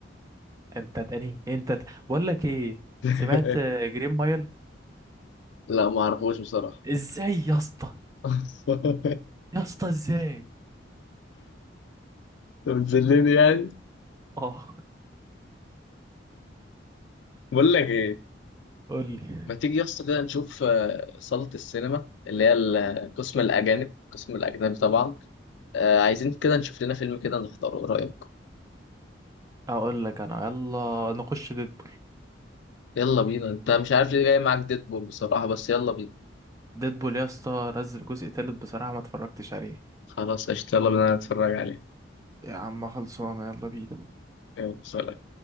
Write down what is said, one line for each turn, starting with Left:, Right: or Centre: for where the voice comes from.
Right: انت تاني انت ت... بقول لك ايه
Left: <laughs>
Right: سمعت آه، جرين مايل
Left: لا ما اعرفوش بصراحة
Right: ازاي يا اسطى
Left: <laughs>
Right: يا اسطى ازاي
Left: انت بتذلني يعني
Right: اه
Left: بقول لك ايه
Right: قول لي
Left: ما تيجي يا اسطى كده نشوف آه، صالة السينما اللي هي ال- قسم الأجانب قسم الأجنبي طبعا آه، عايزين كده نشوف لنا فيلم كده نحضره إيه رأيك
Right: اقول لك انا يلا نخش ديدبول
Left: يلا بينا أنت مش عارف ليه جاي معاك ديدبول بصراحة بس يلا بينا
Right: ديدبول يا اسطى نزل جزء تالت بصراحة ما اتفرجتش عليه
Left: خلاص قشطة يلا بينا نتفرج عليه
Right: يا عم خلصانه يلا بينا
Left: يلا سلام